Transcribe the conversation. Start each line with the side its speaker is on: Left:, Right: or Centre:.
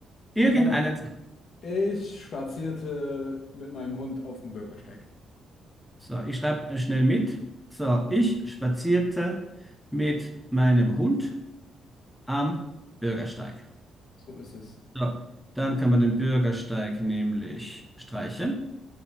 Centre: Irgendeinen
Left: Äh, ich spazierte mit meinem Hund auf dem Bürgersteig.
Centre: So, ich schreibe äh, schnell mit. So, ich spazierte mit meinem Hund am Bürgersteig.
Left: So ist es.
Centre: So, dann kann man den Bürgersteig nämlich streichen.